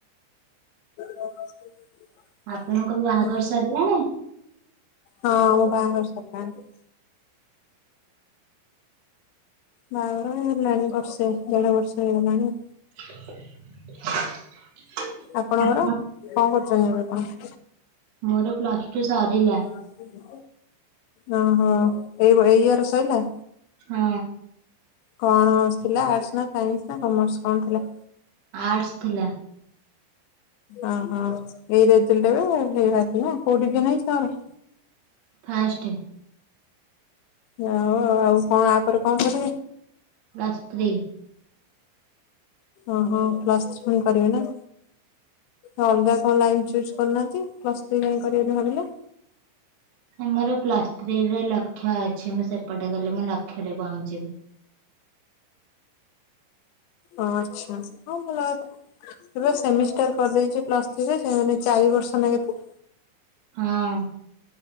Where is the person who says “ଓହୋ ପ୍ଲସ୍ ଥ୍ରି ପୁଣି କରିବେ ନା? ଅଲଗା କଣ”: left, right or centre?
Left